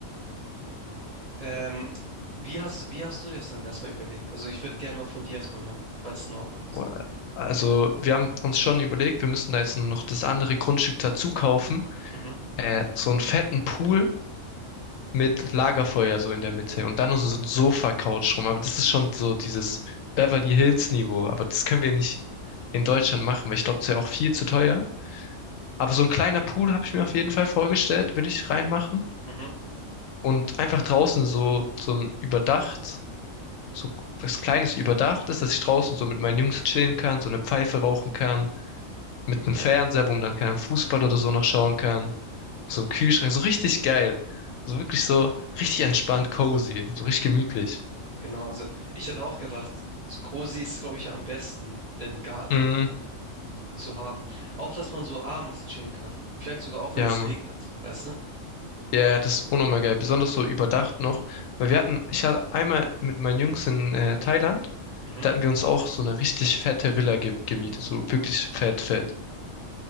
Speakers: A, on the right (about 35°); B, on the left (about 75°).
A: Ähm, wie hast, wie hast du dir das dann erstmal überlegt? Also, ich würde gerne mal von dir erstmal hören, falls es in Ordnung ist.
B: Boah, Also wir haben uns schon überlegt, wir müssen da jetzt noch das andere Grundstück dazu kaufen.
A: Mhm.
B: Äh, so einen fetten Pool mit Lagerfeuer so in der Mitte und dann noch so ein Sofa-Couch rum. Aber das ist schon so dieses Beverly Hills-Niveau. Aber das können wir nicht in Deutschland machen, weil ich glaube, das wäre auch viel zu teuer. Aber so ein kleiner Pool habe ich mir auf jeden Fall vorgestellt, will ich reinmachen.
A: Mhm.
B: Und einfach draußen so, so ein überdacht. so was Kleines überdachtes, dass ich draußen so mit meinen Jungs chillen kann, so eine Pfeife rauchen kann, mit einem Fernseher, wo man dann keinen Fußball oder so noch schauen kann, so einem Kühlschrank, so richtig geil. So wirklich so richtig entspannt, cozy, so richtig gemütlich.
A: Genau, also, ich hätte auch gedacht, Cozy ist, glaube ich, am besten im Garten.
B: Mm,
A: zu haben. Auch, dass man so abends chillen kann. Vielleicht sogar auch, wenn
B: ja,
A: es
B: Mann.
A: regnet, weißt du?
B: Ja, ja, das ist unnormal geil, besonders so überdacht noch, weil wir hatten, ich hatte einmal mit meinen Jungs in äh, Thailand,
A: Mhm,
B: da hatten wir uns auch so eine richtig fette Villa ge gemietet, so wirklich fett, fett.